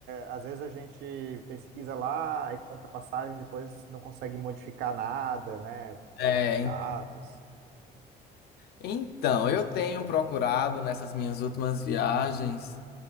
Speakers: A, on the right; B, on the left.
A: às vezes a gente pesquisa lá e compra passagem, depois não consegue modificar nada, né?
B: É,
A: As
B: en-
A: datas.
B: então, eu tenho procurado nessas minhas últimas viagens